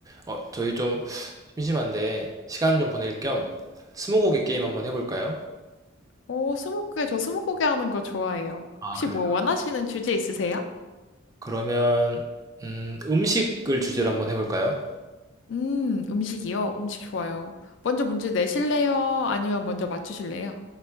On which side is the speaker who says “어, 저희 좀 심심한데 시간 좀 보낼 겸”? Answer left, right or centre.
Right